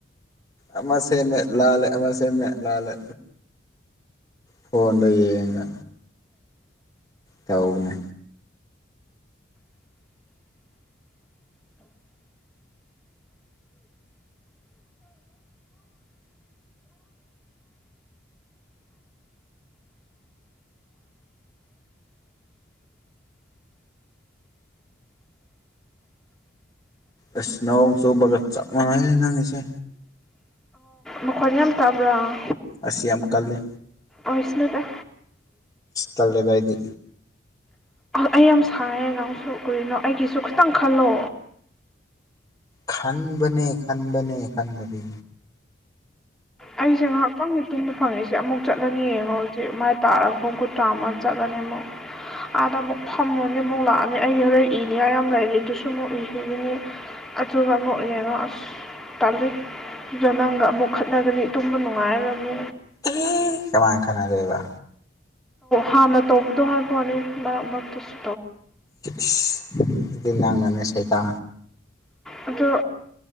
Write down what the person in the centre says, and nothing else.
ꯃꯈꯣꯏ ꯌꯥꯝ ꯇꯥꯕ꯭ꯔꯥ
ꯑꯣꯏꯁꯅꯨꯗ
ꯑꯩ ꯌꯥꯝ ꯁꯔꯦ ꯑꯉꯥꯡꯁꯨ ꯎꯔꯤꯅꯣ ꯑꯩꯒꯤꯁꯨ ꯈꯤꯇꯪ ꯈꯜꯂꯣ
ꯑꯩꯁꯦ ꯉꯥꯏꯍꯥꯛꯇꯪꯒꯤ ꯇꯨꯡꯗ ꯐꯪꯉꯁꯦ ꯑꯃꯨꯛ ꯆꯠꯂꯅꯤ ꯌꯦꯡꯉꯣ ꯍꯧꯖꯤꯛ ꯃꯥꯏꯅ ꯇꯥꯔꯒ ꯍꯨꯝ ꯀꯨꯟꯊ꯭ꯔꯥꯃ ꯆꯠꯂꯅꯤ ꯑꯃꯨꯛ ꯑꯥꯗ ꯑꯃꯨꯛ ꯐꯝꯃꯣꯅꯦ ꯑꯃꯨꯛ ꯂꯥꯛꯑꯅꯤ ꯑꯩꯒꯤ ꯍꯣꯔꯦꯟ ꯏꯅꯤꯉꯥꯏ ꯌꯥꯝ ꯂꯩꯔꯤ ꯑꯗꯨꯁꯨ ꯑꯃꯨꯛ ꯏꯈꯤꯒꯅꯤ ꯑꯗꯨꯒ ꯑꯃꯨꯛ ꯌꯦꯡꯉꯣ ꯑꯁ ꯇꯜꯂꯤ ꯑꯗꯨꯗ ꯅꯪꯒ ꯑꯃꯨꯛ ꯈꯠꯅꯒꯅꯤ ꯇꯨꯝꯕ ꯅꯨꯡꯉꯥꯏꯔꯝꯃꯤ
ꯍꯥꯟꯅ ꯇꯧꯕꯗꯣ ꯍꯥꯏꯕꯣꯅꯦ ꯃꯔꯛ ꯃꯔꯛꯇꯨꯁꯨ
ꯑꯣ